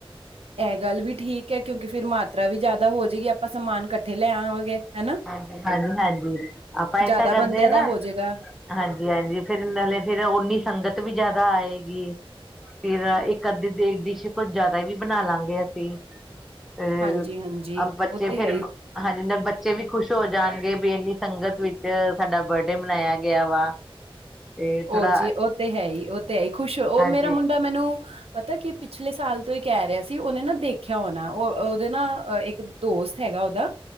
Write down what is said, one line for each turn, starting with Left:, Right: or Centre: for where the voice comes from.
Right: ਇਹ ਗੱਲ ਵੀ ਠੀਕ ਹੈ ਕਿਉਂਕਿ ਫਿਰ ਮਾਤਰਾ ਵੀ ਜ਼ਿਆਦਾ ਹੋ ਜਾਏਗੀ ਆਪਾਂ ਸਮਾਨ ਇਕੱਠੇ ਲੈ ਆਵਾਂਗੇ। ਹਨਾ
Centre: ਹਾਂਜੀ- ਹਾਂਜੀ ਆਪਾਂ ਇਸ
Right: ਜ਼ਿਆਦਾ
Centre: ਤਰਾਂ ਕਰਦੇ
Right: ਬੰਦਿਆਂ
Centre: ਅ
Right: ਦਾ
Centre: ਨਾ।
Right: ਹੋ ਜਾਏਗਾ
Centre: ਹਾਂਜੀ- ਹਾਂਜੀ ਫਿਰ ਨਾਲੇ ਫਿਰ ਓਨੀ ਸੰਗਤ ਵੀ ਜ਼ਿਆਦਾ ਆਏਗੀ। ਫਿਰ ਇੱਕ ਅੱਧੀ ਦੀ ਡਿਸ਼ ਕੁੱਝ ਜਿਆਦਾ ਵੀ ਬਣਾ ਲਾਂਗੇ ਅਸੀਂ ਤੇ
Right: ਹਾਂਜੀ-ਹਾਂਜੀ
Centre: ਅ ਬੱਚੇ
Right: ਉਹ ਤੇ
Centre: ਫੇਰ
Right: ਹੈ ਹੀ
Centre: ਹਾਂਜੀ ਬ ਬੱਚੇ ਵੀ ਖੁਸ਼ ਹੋ ਜਾਣਗੇ ਵੀ ਇੰਨੀ ਸੰਗਤ ਵਿੱਚ ਸਾਡਾ ਬਰਡੇ ਮਨਾਇਆ ਗਿਆ ਵਾ। ਤੇ ਥੋੜਾ
Right: ਉਹ ਜੀ ਉਹ ਤੇ ਹੈ ਹੀ ਉਹ ਤੇ ਹੈ ਹੀ ਖੁਸ਼ ਉਹ
Centre: ਹਾਂਜੀ
Right: ਮੇਰਾ ਮੁੰਡਾ ਮੈਨੂੰ ਪਤਾ ਕੀ ਪਿਛਲੇ ਸਾਲ ਤੋਂ ਹੀ ਕਹਿ ਰਿਹਾ ਸੀ। ਤੇ ਉਹਨੇ ਨਾ ਦੇਖਿਆ ਹੋ ਨਾ ਉਹ ਉਹਦੇ ਨਾ ਇੱਕ ਦੋਸਤ ਹੈਗਾ ਉਹਦਾ